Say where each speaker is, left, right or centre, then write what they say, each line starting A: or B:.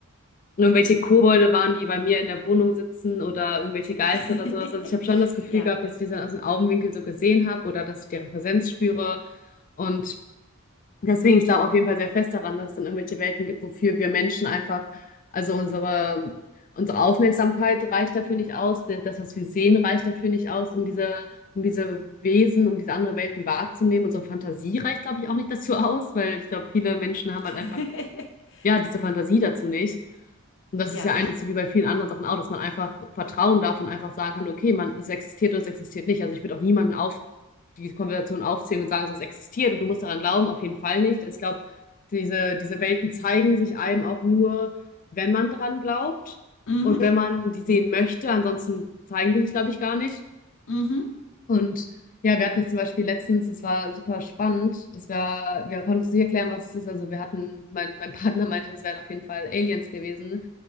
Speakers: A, on the left; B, on the left.
A: irgendwelche Kobolde waren, die bei mir in der Wohnung sitzen oder irgendwelche Geister
B: <laughs>
A: oder sowas. Also ich habe schon das Gefühl
B: Ja.
A: gehabt, dass ich die dann aus dem Augenwinkel so gesehen habe oder dass ich deren Präsenz spüre. Und deswegen, ich glaube auf jeden Fall sehr fest daran, dass es dann irgendwelche Welten gibt, wofür wir Menschen einfach, also unsere, unsere Aufmerksamkeit reicht dafür nicht aus, das, was wir sehen, reicht dafür nicht aus, um diese, um diese Wesen, um diese andere Welten wahrzunehmen. Unsere Fantasie reicht, glaube ich, auch nicht dazu aus, weil ich glaube, viele Menschen haben halt
B: <laughs>
A: einfach, ja, diese Fantasie dazu nicht. Und das
B: Ja.
A: ist ja eigentlich so wie bei vielen anderen Sachen auch, dass man einfach vertrauen darf und einfach sagen kann, okay, man, es existiert oder es existiert nicht. Also ich würde auch niemanden auf die Konversation aufzählen und sagen, so es existiert und du musst daran glauben, auf jeden Fall nicht. Ich glaube, diese, diese Welten zeigen sich einem auch nur, wenn man dran glaubt
B: Mhm.
A: und wenn man die sehen möchte. Ansonsten zeigen die sich, glaube ich, gar nicht.
B: Mhm.
A: Und ja, wir hatten das zum Beispiel letztens, das war super spannend. Das war, wir konnten uns nicht erklären, was es ist. Also wir hatten, mein, mein Partner meinte, es wären auf jeden Fall Aliens gewesen.